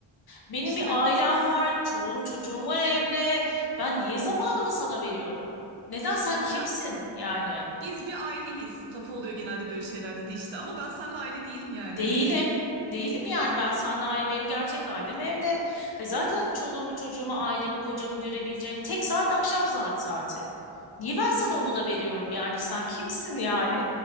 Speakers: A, on the left (about 50°); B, on the right (about 70°).
A: Benim
B: İşte
A: bir ailem var, çoluğum çocuğum var evde. Ben niye zamanımı sana veriyorum? Neden sen kimsin
B: ya
A: yani?
B: biz bir aileyiz lafı oluyor genelde böyle şeylerde de işte ama ben seninle aile değilim yani.
A: Değilim. Değilim yani ben seninle ayrı benim gerçek ailem evde. Hayır, zaten çoluğumu çocuğumu ailemi kocamı görebileceğim tek saat akşam za- saati. Niye ben sana onu da veriyorum yani sen kimsin yani?